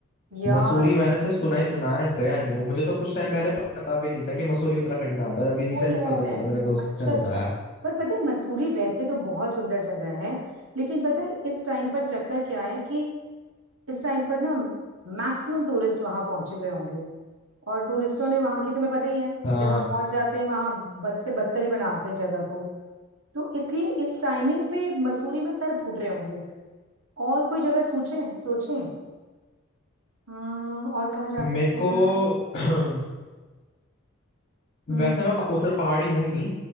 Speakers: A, on the right; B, on the left.
A: यार
B: मसूरी मैंने
A: मसूरी
B: सिर्फ सुना ही सुना है गया नहीं हूँ मुझे तो कुछ टाइम पहले पता भी नहीं था कि मसूरी उत्तराखंड में आता है अभी रिसेंट
A: पुल
B: पता चला
A: है
B: मेरे दोस्त
A: अच्छा
B: ने
A: अच्छा
B: बताया
A: पर पता है मसूरी वैसे तो बहुत सुंदर जगह है लेकिन पता है इस टाइम पर चक्कर क्या है कि इस टाइम पर ना मैक्सिमम टूरिस्ट वहां पहुंचे हुए होंगे और टूरिस्टों ने वहां की तुम्हें पता ही है
B: हाँ
A: जहां पहुंच जाते हैं वहां बद से बदतर ही बनाते हैं जगह को तो इसलिए इस टाइमिंग पे मसूरी में सर फूट रहे होंगे और कोई जगह सोचें सोचें हम्म और कहाँ जा
B: मेरे
A: सकते हैं
B: को
A: यार
B: <clears throat>
A: हम्म
B: वैसे
A: हम्म
B: मैं प- उत्तर पहाड़ी हूँ नहीं